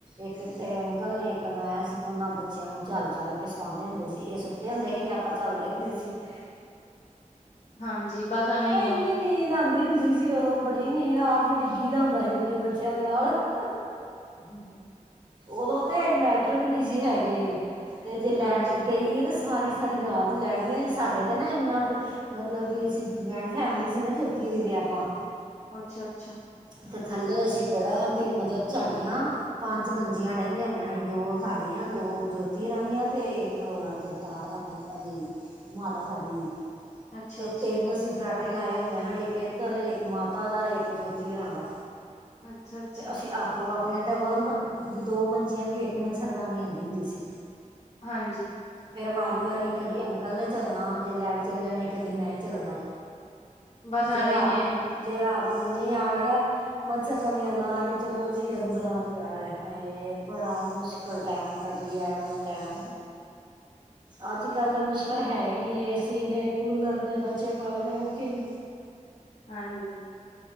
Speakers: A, on the right; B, on the left.
A: ਇੱਕ ਤੇਰੇ ਅੰਕਲ ਨੇ, ਇੱਕ ਮੈਂ ਸੀ, ਤੇ ਉਹਨਾਂ ਬੱਚਿਆਂ ਨੂੰ ਝਲ ਝਲ ਕੇ ਸਵਾਦੇ ਹੁੰਦੇ ਸੀ ਇਹ ਸੁ ਤੇ ਹੁੰਦੇ ਸੀ, ਤੇ ਆਪਾਂ ਝਲਦੇ ਹੁੰਦੇ ਸੀ। <inaudible>
B: ਹਾਂਜੀ, ਬਸ ਐਵੇਂ
A: ਇੰਨੀ
B: ਹੀ ਐ।
A: ਨੀਂਦ ਆਂਦੀ ਹੁੰਦੀ ਸੀ ਉਦੋਂ ਬੜੀ ਨੀਂਦ, ਆਪ ਵੀ ਡਿੱਗੀ ਦਾ ਹੁੰਦਾ ਸੀ ਉੱਥੇ, ਬੱਚਿਆਂ ਦੇ ਨਾਲ <inaudible>
B: ਹੂੰ- ਹੂੰ।
A: ਉਦੋਂ ਤੇ ਇਨਵਰਟਰ ਵੀ ਨਹੀਂ ਸੀ ਹੈਗੇ, ਤੇ ਜੇ ਲਾਈਟ
B: ਹਾਂਜੀ
A: ਗਈ ਹੈ ਤੇ ਸਾਰੀ ਸਾਰੀ ਰਾਤ ਲੈਟ ਨਹੀ, ਸਾਡੇ ਤਾਂ ਨਾ ਇੰਨਾ ਪ ਮਤਲਬ ਵੀ ਅਸੀਂ ਜੁਆਇੰਟ ਫੈਮਿਲੀ ਸੀ ਨਾ, ਜੋਤੀ ਹਰੀ ਤੇ ਆਪਾਂ
B: ਅੱਛਾ -ਅੱਛਾ।
A: ਅਤੇ ਥੱਲੇ ਅਸੀਂ ਬੜਾ ਵੀ, ਮਤਲਬ ਸਾਡੀਆਂ ਪੰਜ ਮੰਜੀਆਂ ਡਹਿੰਦੀਆਂ ਹੁੰੰਦੀਆ ਹੀ, ਦੋ ਸਾਡੀਆਂ, ਦੋ ਜੋਤੀ ਹੂਰਾਂ ਦੀਆਂ, ਤੇ ਇੱਕ ਜਗਤਾਰ ਉਹਦੀ, ਮਾਤਾ ਸਾਡੀੇ ਦੀ
B: ਅੱਛਾ
A: ਤੇ
B: ਅੱਛਾ
A: ਤਿੰਨ ਅਸੀਂ ਫਰਾਟੇ ਲਾਏ ਹੁੰਦੇ ਹਨ, ਇੱਕ ਇੱਧਰ, ਇੱਕ ਮਾਤਾ ਦਾ, ਇੱਕ ਜੋਤੀ ਜੀ ਰਾਂਦਾ
B: ਅੱਛਾ ਅੱਛਾ
A: ਤੇ ਅਸੀਂ ਆਪ ਓ ਆਪੋ ਤੋ ਡਬਲ ਦੋ ਮੰਜੀਆਂ ਦੀ ਇੱਕ ਮੱਛਰਦਾਨੀ ਆਉਂਦੀ ਹੁੰਦੀ-ਹੁੰਦੀ ਸੀ।
B: ਹਾਂਜੀ।
A: ਫੇਰ ਵਾਰੀ-ਵਾਰੀ ਕਦੀ ਅੰਕਲ ਨੇ ਝੱਲਣਾ ਜੇ ਲਾਈਟ ਚਲੇ ਜਾਣੀ ਕਦੀ ਮੈਂ ਝੱਲਣਾ।
B: ਬਸ
A: ਜੇ
B: ਐਵੇਂ
A: ਰਾਤ
B: ਹੀ ਹੈ
A: ਨੂੰ-ਜੇ ਰਾਤ ਨੂੰ ਮੀਂਹ ਆ ਗਿਆ, ਮੱਛਰ ਦਾਨੀਆ ਲਾ ਕੇ ਚਲੋ ਜੀ ਅੰਦਰ ਆਜੋ, ਆਏ ਹਾਏ। ਬੜਾ ਮੁਸ਼ਕਿਲ ਟਾਈਮ ਕਢਿਆ ਹੈ ਉਹ ਟਾਈਮ ਅੱਜ-ਕੱਲ੍ਹ ਤਾਂ ਮੁਸ਼ਕਿਲ ਹੈ ਹੀ ਨਹੀਂ, ਏ ਸੀ ਨੇ, ਕੂਲਰ ਨੇ ਬੱਚੇ ਪਾਲਣੇ ਔਖੇ ਨਹੀਂ।
B: ਹਾਂਜੀ,